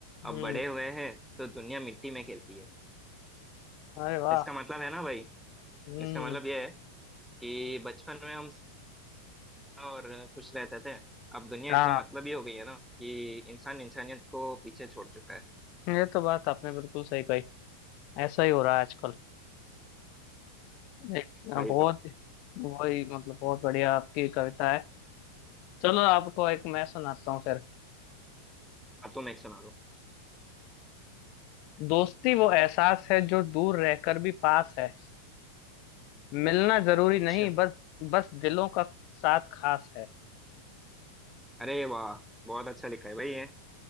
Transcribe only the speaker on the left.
हम्म
अरे वाह
हम्म
हाँ
ये तो बात आपने बिल्कुल सही कही ऐसा ही हो रहा है आजकल एक अ,
बहुत
वही मतलब बहुत बढ़िया आपकी कविता है चलो आपको एक मैं सुनाता हूँ फिर
दोस्ती वो एहसास है जो दूर रहकर भी पास है मिलना जरूरी
नहीं बस बस दिलों का साथ खास है